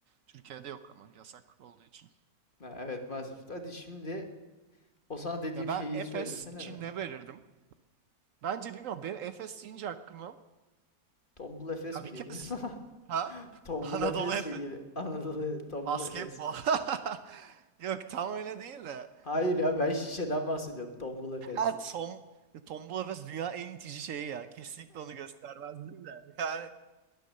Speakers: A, on the right; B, on the left.
A: Türkiye'de yok ama yasak olduğu için.
B: Ha, evet maalesef. Hadi şimdi o sana dediğim
A: Ya ben
B: şeyi
A: Efes
B: söylesene
A: için
B: be.
A: ne verirdim? Bence bilmiyorum. Benim Efes deyince aklıma
B: Tombul Efes
A: ya
B: mi
A: bir
B: geliyor?
A: kez
B: <laughs>
A: ha
B: Tombul
A: <laughs> Anadolu
B: Efes
A: Efes
B: mi geliyor? <laughs> Anadolu evet, Tombul
A: basketbol.
B: Efes.
A: <laughs> Yok tam öyle değil de.
B: Hayır ya ben şişeden bahsediyorum. Tombul Efes.
A: Ha Tom, Tombul Efes dünya en itici şeyi ya. Kesinlikle onu göstermezdim de. Yani